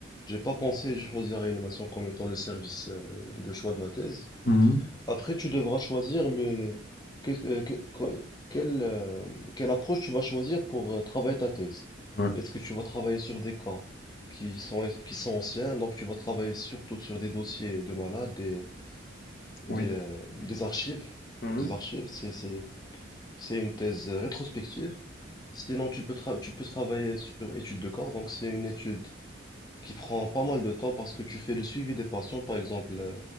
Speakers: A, on the left; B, on the left.
A: j'ai pas pensé, j'ai choisi la réanimation comme étant le service euh, de choix de ma thèse.
B: Mhm.
A: Après, tu devras choisir le, le- que- euh, que- que- quelle, euh, quelle approche tu vas choisir pour euh, travailler ta thèse.
B: Ouais.
A: Est-ce que tu vas travailler sur des cas qui sont, qui sont anciens, donc tu vas travailler surtout sur des dossiers de malades, des,
B: Oui.
A: des, euh, des archives.
B: Mhm.
A: Des archives, c'est, c'est, c'est une thèse euh, rétrospective. Sinon, tu peux, tra- tu peux travailler sur étude de cas, donc c'est une étude qui prend pas mal de temps parce que tu fais le suivi des patients, par exemple. euh,